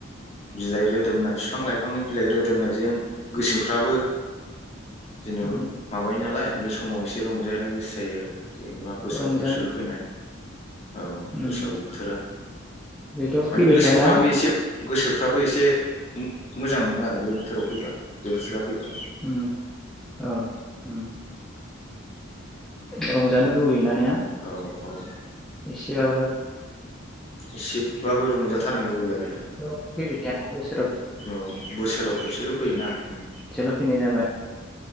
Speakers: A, on the left; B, in the centre.
A: बिलाइ रोदोमनाय बिफां लाइफांनि बिलाइ मोदोमनायजों गोसोफ्राबो
B: उम
A: जेनेबा
B: उम
A: माबायो नालाय बे सम समाव एसे रंजानो गोसो जायो आरो जेनेबा बोसोराव
B: रंजानो
A: खेबसेल' फैनाय औ
B: उम
A: बैसागु बोथोरा।
B: बेथ'
A: माने
B: फैबाय
A: गोसोफ्राबो
B: थायाना
A: एसे गोसोफ्राबो एसे मोजां मोनो आरो बे बोथोराव फैबा बे बोथोरा फैबा
B: ओम ओ ओम रंजानो लुुबैयो ना ने
A: औ औ
B: एसेबाबो?
A: एसेबाबो रंजाथारनो लुगैयो आरो।
B: बेथ' फैबाय थायाना बोसोराव
A: औ बोसोराव खेबसेल' फैयोना ओम।
B: खेबसेल' फैनाय जाबाय